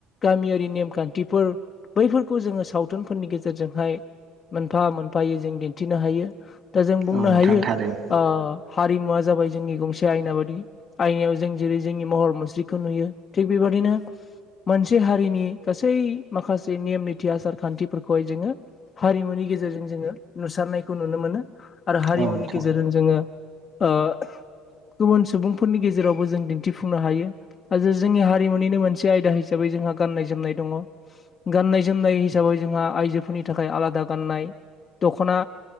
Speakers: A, on the left; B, on the right.
A: गामियारि नेमखान्थिफोर बैफोरखौ जोङो सावथुनफोरनि गेजेरजोंहाय। मोनफा मोनफायै जों दिन्थिनो हायो दा जों बुंनो
B: औ नोंथां
A: हायो
B: थारैनो
A: ओ। हारिमुवा जाबाय जोंनि गंसे आयना बादि आयनायाव जों जेरै जोंनि महर मुस्रिखौ नुयो। थिग बेबादिनो मोनसे हारिनि गासै माखासे नेम निथि आसार खान्थिफोरखौहाय जोङो, हारिमुनि गेजेरजों जोङो नुसारनायखौ नुनो मोनो आरो हारिमुनि
B: औ नोंथां
A: गेजेरजों। जोङो ओ। गुबुन सुबुंफोरनि गेजेरावबो जों दिन्थिफुंनो हायो आजो जो जोंनि हारिमुनिनो मोनसे आयदा हिसाबै जोंहा गाननाय जोमनाय दङ। गाननाय जोमनाय हिसाबै जोंहा आइजोफोरनि थाखाय आलादा गाननाय दख'ना।